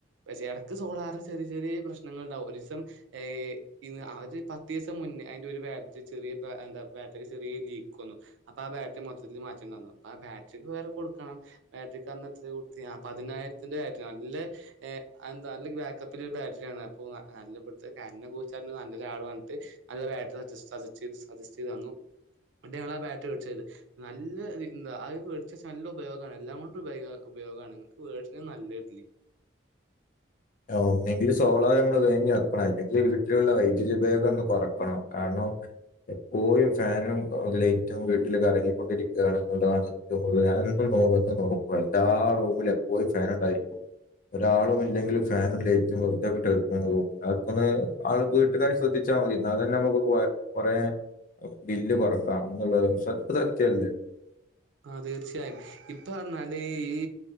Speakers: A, on the right (about 75°); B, on the left (about 40°).
A: പക്ഷെ എടക്ക് സോളാറ് ചെറിയ ചെറിയ പ്രശ്നങ്ങൾ ണ്ടാവും ഒരീസം ഏഹ് ഇന്ന് ആ ഒരു പത്തീ സം മുന്നേ അയ്ന്റെ ഒരു ബാറ്ററി ചെറിയ ബാ എന്താ ബാറ്ററി ചെറിയ ലീക്ക് വന്നു അപ്പോ ആ ബാറ്ററി മൊത്തത്തില് മാറ്റേണ്ടവന്നു ന്നു ആഹ് ബാറ്ററിക്ക് വേറെ കൊടുക്കണം ബാറ്ററിക്ക് അന്ന് എത്രയാ കൊടുത്തേ ആഹ് പതിനായിരത്തിന്റെ ബാറ്ററി നല്ല ഏഹ് അതെന്താ അതിലെ ബാക്കപ്പിലെ ഒരു ബാറ്ററിയ ആണ് അപ്പോ <unintelligible> നല്ല കോസ്റ്റാണ് നല്ല ലാഭമാണ്പറഞ്ഞിട്ട് നല്ല ബാറ്ററി സജസ്റ്റ് ചെയ്ത് സജസ്റ്റ് ചെയ്ത് തന്നു എന്നിട്ടാ ഞങ്ങൾ ആ ബാറ്ററി മേടിച്ചത് നല്ല എന്താ അഹ് മേടിച്ച് വെച്ചാ നല്ല ഉപയോഗണ് എല്ലാം കൊണ്ടും ഉപയോഗം ഉപയോഗമാണ് നിങ്ങക്ക് മേടിച്ചന്ന നല്ലതാതില്
B: ഓ ഒന്നെങ്കിൽ സോളോർ നമ്മള് വാങ്ങിവെക്കണം അല്ലെങ്കിൽ വീട്ടിലുള്ള വൈദ്യുതി ഉപയോഗം ഒന്ന് കുറക്കണം കാരണം എപ്പോഴും ഫാനും ലൈറ്റും വീട്ടില് ക റങ്ങിക്കൊണ്ടിരിക്കുകയാണ് എന്നുള്ളതാണ് ഏറ്റവും കൂടുതല് ഞാൻ പോകുമ്പോ ഒന്ന് നോക്കും എല്ലാ റൂമിലും എപ്പോഴും ഫാൻ ഉണ്ടായിരിക്കും ഒരാളും ഇല്ലെങ്കിലും ഫാനും ലൈറ്റ് ഒക്കെ വിട്ട് അങ്ങ് പോകും അവർക്കൊന്ന്‌ അവരുടെ വീട്ടുകാര് ശ്രദ്ധിച്ചാൽ മതി ന്നാ തന്നെ നമുക്ക് കൊറെ ബില്ല് കൊറക്കാം എന്നുള്ളത് സത്യത്തിൽ സത്യമല്ലേ
A: ആ തീർച്ചയായും ഇപ്പോ പറഞ്ഞാല് ഈ